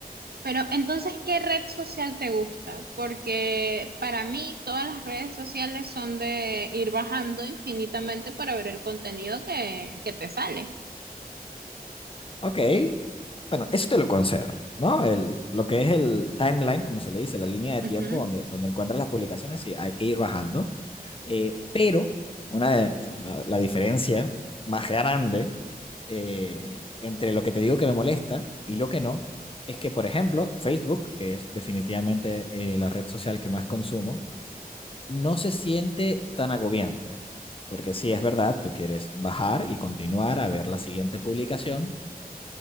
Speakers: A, on the right (about 80°); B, on the left (about 35°).
A: Pero entonces, ¿qué red social te gusta? Porque para mí todas las redes sociales son de ir bajando infinitamente para ver el contenido que, que te sale.
B: Ok, bueno, eso te lo concedo, ¿no? El, lo que es el timeline, como se le dice, la línea de tiempo
A: Ujú,
B: donde, donde encuentras las publicaciones, sí, hay que ir bajando Eh, pero una de- o sea, la, la diferencia más grande eh, entre lo que te digo que me molesta y lo que no, es que, por ejemplo, Facebook, que es definitivamente eh, la red social que más consumo, no se siente tan agobiante. Porque sí es verdad, tú quieres bajar y continuar a ver la siguiente publicación,